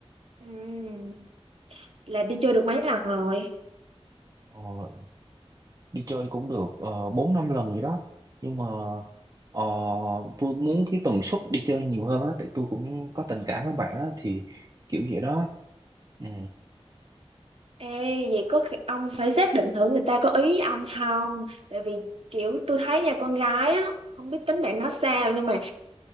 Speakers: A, on the right; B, on the right.
A: Ừm, Là đi chơi được mấy lần rồi?
B: Ờ, đi chơi cũng được uh, 4 5 lần gì đó nhưng mà ờ, tôi muốn cái tần suất đi chơi nhiều hơn á tại tôi cũng có tình cảm với bạn á thì kiểu vậy đó ừ,
A: Ê, vậy có khi- ông phải xác định thử người ta có ý với ông không? Tại vì kiểu tôi thấy nha con gái á, không biết tính bạn nó sao nhưng mà